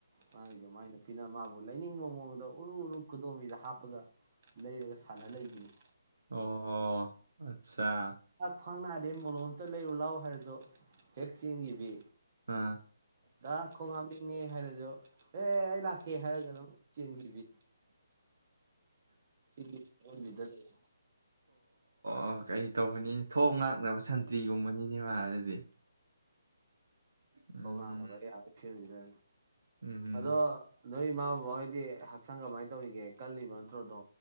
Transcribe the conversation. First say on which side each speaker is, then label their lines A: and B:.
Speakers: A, on the right; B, on the right.
A: ꯃꯥꯒꯤꯁꯨꯃꯥꯏꯅ ꯐꯅ ꯃꯥꯕꯨ ꯂꯩꯅꯤꯡꯕ ꯃꯑꯣꯡꯗ ꯎꯔꯨ ꯎꯔꯨ ꯈꯨꯗꯣꯝꯕꯤꯗ ꯍꯥꯞꯄꯒ ꯂꯩꯔꯒ ꯁꯥꯟꯅ ꯂꯩꯗꯨꯅꯤ
B: ꯑꯣ ꯑꯠꯆꯥ
A: ꯈ꯭ꯋꯥꯥꯡ ꯅꯥꯗꯩ ꯃꯣꯂꯣꯝꯇ ꯂꯩꯔ ꯂꯥꯎ ꯍꯥꯏꯔꯗꯨꯣ ꯍꯦꯛ ꯆꯦꯟꯈꯤꯕ
B: ꯑꯥ
A: ꯌꯥꯈꯣꯣꯡ ꯍꯥꯏꯔꯖꯣ ꯑꯦ ꯑꯩ ꯂꯥꯛꯀꯦ ꯍꯥꯏꯔꯒ ꯑꯗꯨꯝ ꯆꯦꯟꯕꯤ ꯁꯤꯒꯤ ꯌꯗꯗ ꯂꯩꯦ
B: ꯑꯣ ꯀꯩ ꯇꯧꯕꯅꯤ ꯊꯣꯡ ꯉꯥꯛꯅꯕ ꯁꯟꯇ꯭ꯔꯤꯒꯨꯝꯕꯅꯤꯅꯦ ꯃꯥ ꯑꯗꯨꯗꯤ ꯎꯝ
A: ꯑꯝ ꯍꯉ ꯔꯤꯦ ꯍꯥꯏꯁꯦꯗ
B: ꯎꯝ
A: ꯑꯗꯣ ꯅꯣꯏ ꯏꯃꯥ ꯕꯕꯥꯈꯩꯗꯤ ꯍꯛꯆꯥꯡ ꯀꯃꯥꯏꯅ ꯇꯧꯔꯤꯒꯦ ꯀꯜꯂꯤꯕꯅꯣ ꯄꯇ꯭ꯔꯗ